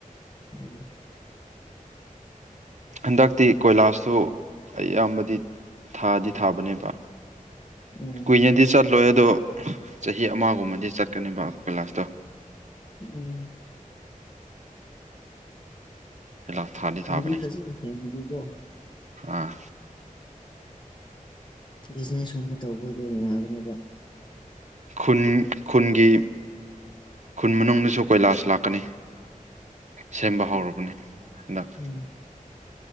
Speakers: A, on the left; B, on the right.
A: ꯎꯝ
B: ꯍꯟꯗꯛꯇꯤ ꯀꯣꯏꯂꯥꯁꯁꯨ ꯑꯩꯌꯥꯝꯕꯗꯤ ꯊꯥꯗꯤ ꯊꯥꯕꯅꯦꯕ
A: ꯎꯝ
B: ꯀꯨꯏꯅꯗꯤ ꯆꯠꯂꯣꯏ ꯑꯗꯣ ꯆꯍꯤ ꯑꯃꯒꯨꯝꯕꯗꯤ ꯆꯠꯀꯅꯦꯕ ꯄꯣꯏꯂꯥꯁꯇꯣ
A: ꯎꯝ
B: ꯀꯣꯏꯂꯥꯁ ꯊꯥꯗꯤ
A: ꯂꯝꯕꯤ
B: ꯊꯥꯕꯅꯦ
A: ꯐꯖꯅꯁꯦ ꯂꯝꯕꯤꯗꯣ?
B: ꯑꯥ
A: ꯕꯤꯖꯤꯅꯦꯁꯀꯨꯝꯕ ꯇꯧꯕꯗꯣ ꯅꯨꯡꯉꯥꯏꯕꯅꯦꯕ꯫
B: ꯈꯨꯟ ꯈꯨꯟꯒꯤ ꯈꯨꯟ ꯃꯅꯨꯡꯗꯁꯨ ꯀꯣꯏꯂꯥꯁ ꯂꯥꯛꯀꯅꯤ꯫ ꯁꯦꯝꯕ ꯍꯧꯔꯕꯅꯦ ꯑꯟꯗꯥꯛ꯫
A: ꯎ